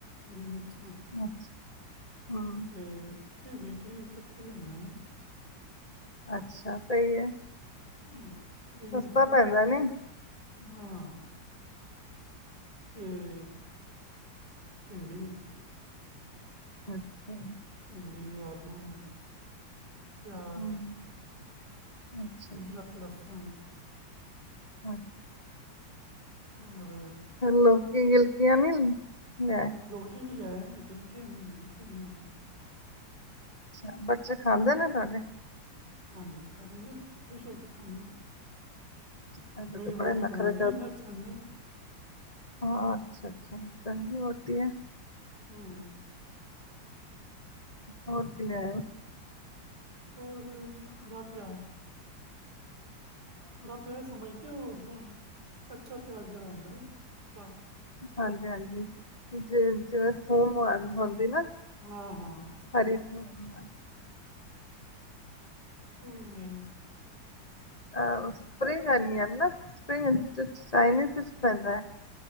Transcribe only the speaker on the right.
ਹਰੀ ਮਿਰਚਾਂ।
ਅਤੇ ਵਿਕਲੀ ਇਕੱਠੀ ਲਿਆਂਦੇ ਆ ਨਾ।
ਹਾਂ ਹ,
ਰੀ ਮਿਰਚਾਂ ਲਿਆਏ
ਹਾਂ। ਇਹ, ਭਿੰਡੀ।
ਭਿੰਡੀ, ਆਲੂ, ਪਿਆਜ।
ਅਦਰਕ, ਲਸਣ
ਹੋਰ
ਲੋਕੀ ਵੀ ਲ <unintelligible>
ਹਾਂਜੀ, ਖਾ ਲੈਂਦੇ ਨੇ, ਬੜਾ ਖੁਸ਼ ਹੋ ਕੇ ਖਾਂਦੇ ਨੇ
ਮੇਰੀ
ਵਹੁਟੀ
ਬਣਾਉਦੀ
ਇੰਨਾ ਚੰਗਾ ਹੈ
ਹਮ
ਹੋਰ, ਹਰਾ ਪਿਆਜ਼ ਹਰਾ ਪਿਆਜ ਸਮਝਦੇ ਹੋ, ਕੱਚਾ ਪਿਆਜ ਜਿਹੜਾ ਹੁੰਦਾ। ਹਰਾ
ਹਾਂ-ਹਾਂ ਬਸ
<unintelligible>